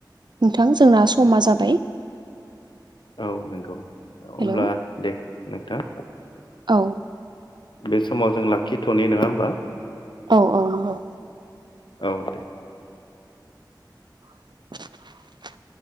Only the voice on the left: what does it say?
औ नंगौ होमब्ला
दे नोंथां?
बे समाव जों लाखिथ'नि नङा होमबा
औ दे